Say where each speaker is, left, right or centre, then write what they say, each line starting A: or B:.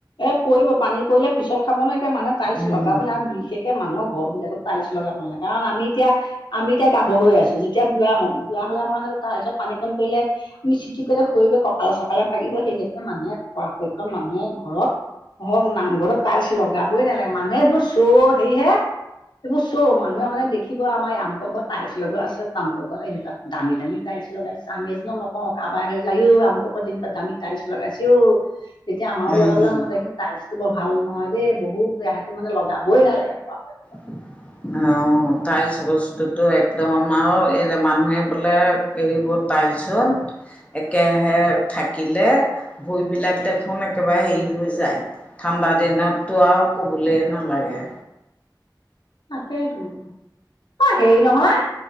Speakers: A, on the left; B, on the left.
A: এ পৰিব পানী পৰিলে পিছল খাব নহয়, একে মানুহে টাইলছ
B: উম
A: লগাব লা- বিশেষ কে মানুহৰ ঘৰ বিলাকত টাইলছ লগাব নালাগে, কাৰণ আমি এতিয়া- আমি এতিয়া গাভৰু হৈ আছো, যেতিয়া বুৱা হম বুৱা হলে আমাৰ সেই তাইয়েলছত পানীঅকণ পৰিলে- আমি চিতিপ কৰিলে ককালে চকালে ভাঙিব, সেইসেতোকে মানুহে পৰাপক্ষত মানুহে- ঘৰত হওক নামঘৰত টাইয়েলছ লগাবই নালাগে মানুহে এইবোৰ চ'ও অ হেয়িহে। এইবোৰ চ' মানুহে মানে দেখিব আমাৰ আমোকৰ ঘৰত টাইলছ লগোৱা আছে তামোকৰ ঘৰত এই বিলাক- দামী দামী টাইলছ লগাইছে, আমিয়ে জানো নকওঁ কাৰোবাৰ হেৰি ঘৰত আমোকৰ দামী টাইলছ লগাইছেও। তেতিয়া আমাৰো
B: উম
A: লগাবলে মন যায়, কিন্তু টাইলছটো বৰ ভাল নহয় দেই বহুত বেয়া সেইটো মানে লগাবই নালাগে পৱা পক্ষত।
B: <inaudible> অঁ' তাইলছ বস্তুতো একদম আও এই যে মানুহে বোলে- এইবোৰত টাইলচত- একেৰাহে থাকিলে ভইবিলাক দেখোন একেবাৰে হেৰি হৈ যায়। ঠাণ্ডা দিনতো আৰু কবলেই নালাগে।
A: তাকেই তো, অ' হেৰি নহয়-